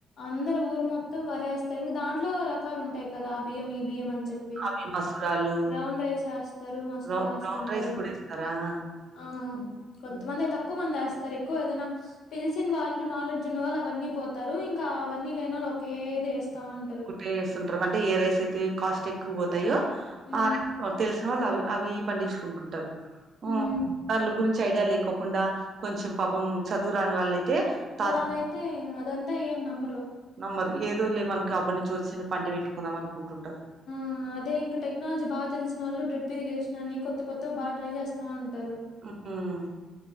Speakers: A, on the left (about 65°); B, on the right (about 50°).
A: అందరూ ఊరు మొత్తం వరేస్తారు ఇంగా దాంట్లో రకాలు ఉంటాయి కదా ఆ బియ్యం ఈ బియ్యం అని చెప్పి
B: అవి మసూరాలు,
A: బ్రౌన్ రైస్ ఎస్తారు మసూరా
B: బ్రౌ
A: ఏస్తుంటారు
B: బ్రౌన్ రైస్ కూడా ఏస్తారా?
A: ఆ
B: హ్మ్.
A: కొంతమందే
B: హ్మ్.
A: తక్కువ మంది ఎస్తారు ఎక్కువ ఏదైనా తెలిసిన వాళ్ళు నాలెడ్జ్ ఉన్న వాళ్ళు అవన్నీ పోతారు ఇంకా అవన్నీ లేనోళ్ళు ఒకే ది ఎస్తా ఉంటారు
B: టేస్తుంటారు అంటే ఏ రైస్ అయితే కాస్ట్ ఎక్కువొతాయో
A: హ్మ్.
B: ఆ రైస్ తెలు వాళ్ళు అవి అవి పండించుకుంటుంటారు ఉ
A: హ్మ్.
B: వళ్ళు గు చి ఐడియా లేకోకుండా కొంచెం పాపం చదువు రాని వాళ్ళైతే తాతు
A: వాళ్ళైతే అదంతా ఏం నమ్మరు.
B: నమ్మరు ఏదో లే మన్కి అబ్బా నుంచి ఒచ్చిన పంటె వేట్టుకుంటాం అనుకుంటుంటారు
A: ఆ అదే ఇంకా టెక్నాలజీ బా తెల్సినోళ్ళు డ్రిప్ తిరిగేషనా అని కొత్త కొత్త బా ట్రై జేస్తా ఉంట తరు
B: హ్మ్.